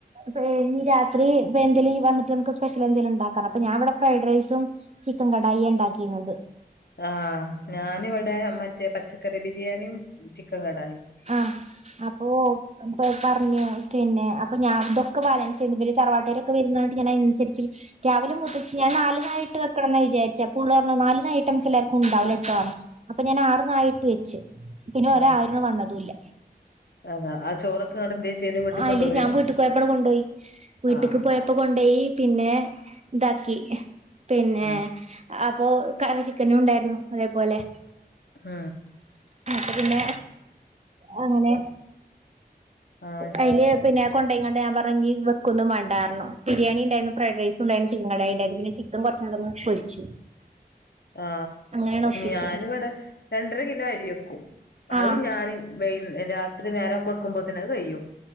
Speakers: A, on the right; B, on the left.
A: പ്പെനി രാത്രി വെന്തെലി വന്ന്ട്ട് നമുക്ക് സ്പെഷ്യൽ എന്തേല്ണ്ടാക്കണം <unintelligible> ഫ്രൈഡ് റൈസും ചിക്കൻ കടായി ണ്ടാക്കിരുന്നത്
B: ആ ഞാനിവിടെ മറ്റേ പച്ചക്കറി ബിരിയാണിം ചിക്കൻ കടായി
A: ആ ആ ഓ അ പറഞ്ഞു പിന്നെ അപ്പൊ ഞാൻ ഇതൊക്കെ ബാലൻസ് <unintelligible> തറവാട്ടരൊക്കെ വരുന്ന <unintelligible> അനുസരിച്ച് രാവിലെ മുതച്ച് ഞാൻ നാല നായിട്ട് വെക്കണംന്ന് വിചാരിച്ച അപ്പോള്റഞ്ഞ് നാല് നായിട്ട നമുക്കെല്ലാര്ക്കുണ്ടാവും അപ്പൊ ഞാനാർന്നായിട്ട് വെച്ച് പിന്നെ ഓലാരും
B: ആഹ്
A: വന്നതുംല്ല
B: അതാ ആ ചോറൊക്കെ ഇങ്ങട്ട് എന്തെ ചെയ്ത് വീട്ടിൽ
A: ആ അയ്ല്
B: കൊണ്ടോവേ
A: ഞാൻ വീട്ട്ക്ക് പോയപ്പാട് കൊണ്ടോയി വീട്ട്ക്ക്
B: ആഹ്
A: പോയപ്പോ കൊണ്ടോയി പിന്നെ ഇതാക്കി പിന്ന
B: ഉം
A: അപ്പൊ ക ചിക്കനുണ്ടായിരുന്നു അതേപോലെ
B: ആ
A: പിന്നെ അങ്ങനെ
B: ആഹ്
A: അയ്ല് പിന്ന കൊണ്ടയ്ങാണ്ട് ഞാമ്പറഞ്ഞെങ്കി വെക്കൊന്നും വേണ്ടാറഞ്ഞു ബിരിയാണിണ്ടാരുന്നു ഫ്രൈഡ്റൈസുണ്ടാരുന്നു ചിക്കൻ കടായിണ്ടാരുന്നു പിന്നെ ചിക്കൻ വറ <unintelligible> പൊരിച്ചു
B: ആ
A: അങ്ങനെയാണ് ഒപ്പിച്ചു
B: ഞാനും ഇടെ രണ്ടര കിലോ അരി വെക്കും
A: ആഹ്
B: അത് ഞാന് വൈ രാത്രി നേരം വെക്കുമ്പോത്തേനത് കയും